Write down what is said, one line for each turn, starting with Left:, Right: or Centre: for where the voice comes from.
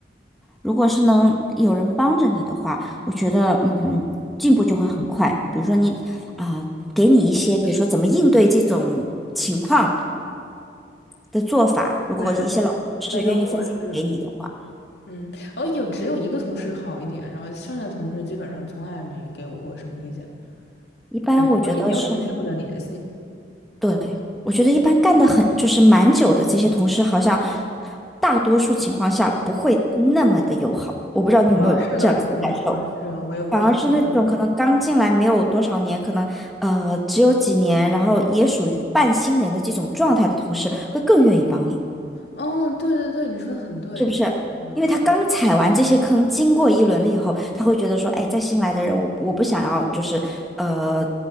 Centre: 如果是能有人帮着你的话，我觉得嗯，进步就会很快。比如说你啊、给你一些，比如说怎么应对这种情况的做法，如果一些老同事愿意分享给你的话，
Left: 没有。反正我是，嗯，哦，有只有一个同事好一点，然后剩下的同事基本上从来没给我过什么意见，
Centre: 一般我觉得是
Left: 反正也没有什么业务的联系。
Centre: 对。我觉得一般干得很就是蛮久的这些同事，好像大多数情况下不会那么的友好。我不知道你有没有这样子的感受。
Left: 哦，是的，是的，没错，是的，我也我我
Centre: 反而是那种可能刚进来没有多少年，可能呃只有几年，然后也属于半新人的这种状态的同事，会更愿意帮你，
Left: 哦，对对对，你说的很对，
Centre: 是不是？
Left: 真的真的，
Centre: 因为他刚踩完这些坑，经过一轮了以后，他会觉得说，哎，再新来的人，我我不想要，就是呃，